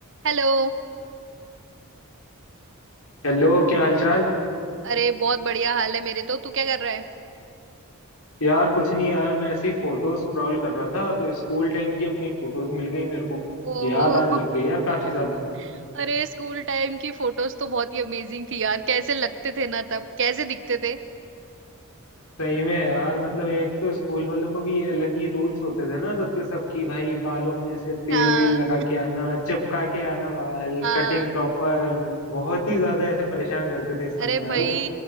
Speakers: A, on the right; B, on the left.
A: Hello
B: Hello क्या हालचाल
A: अरे बहुत बढ़िया हाल है मेरे तो तू क्या कर रहा है
B: यार कुछ नहीं यार मैं ऐसी फोटो स्क्रॉल कर रहा था तो स्कूल टाइम की अपनी फोटोज मिल गई मेरे को
A: ओहो
B: याद आने लग गई यार काफी ज्यादा
A: <laughs> अरे स्कूल टाइम की फोटोज तो बहुत ही अमेजिंग थी यार कैसे लगते थे ना तब कैसे दिखते थे
B: सही में यार मतलब एक तो स्कूल वालों को भी ये अलग ही रूल्स होते थे ना सबके सब की भाई बालों में से तेल
A: हाँ
B: वेल लगा के आना चिपका के आना बाल
A: <laughs> हाँ
B: कटिंग प्रॉपर बहुत ही ज्यादा ऐसे परेशान करते थे इस समय
A: अरे भाई
B: यार वो